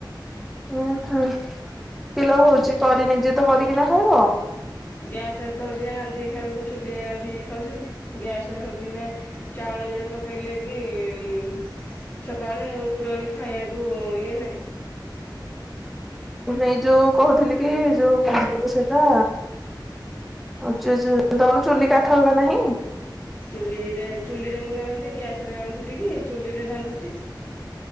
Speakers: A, in the centre; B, on the left (about 25°).
A: ଉଁ ହୁଁ ପିଲ ହୋଉଚି କରି ନିଜେ ତ କରିକିନା ଖାଇବ।
B: ଗ୍ୟାସ୍ ରେ ତ ହଉଚି ଯେ ରାନ୍ଧିକି ଖାଇବାକୁ ଚୁଲିରେ ରାନ୍ଧିକି ଖାଉଚୁ କି ଗ୍ୟାସ୍ ରେ ହଉ ଯିନା ଚାଉଳ ଯୋଡ଼େ ପକେଇଲେ କି ଇଁ ସକାଳେ ଉପର ଓଳି ଖାଇବାକୁ ଇଏ ନାଇଁ।
A: ହେଇ ଯୋଉ କହୁଥିଲି କି ଯୋଉ କଁ କୋହୁ ତ ସେଟା ଅଚୁ ଯୋଉ ତମର ଚୁଲି କାଠ ହେକା ନାହିଁ?
B: ଚୁଲିରେ ଚୁଲିରେ ମୁଁ ରାନ୍ଧୁଚି ଗ୍ୟାସ୍ ରେ ରାନ୍ଧୁଚି କି ଚୁଲିରେ ରାନ୍ଧୁଚି।